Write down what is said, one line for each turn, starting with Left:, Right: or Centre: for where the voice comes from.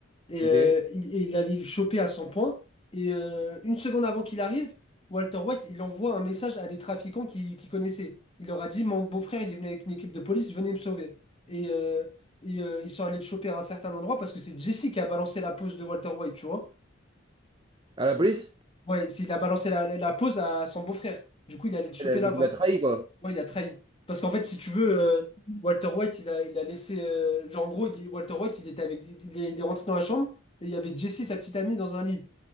Left: Et,
Right: Ok.
Left: euh, il, et il allait le choper à 100 points. Et euh, une seconde avant qu'il arrive, Walter White, il envoie un message à des trafiquants qu'il qu'il connaissait. Il leur a dit, mon beau-frère, il est venu avec une équipe de police, venez me sauver. Et, euh, et, euh, ils sont allés le choper à un certain endroit parce que c'est Jesse qui a balancé la pose de Walter White, tu vois.
Right: À la police?
Left: Ouais, c'est- il a balancé la, la, la pose à son beau-frère. Du coup, il allait le choper
Right: Elle a- donc
Left: là-bas.
Right: il a trahi, quoi.
Left: Ouais, il a trahi. Parce qu'en fait, si tu veux, euh, Walter White, il a, il a laissé. euh, genre, en gros, il est- Walter White, il était avec, il est, il est rentré dans la chambre et il y avait Jesse, sa petite amie, dans un lit.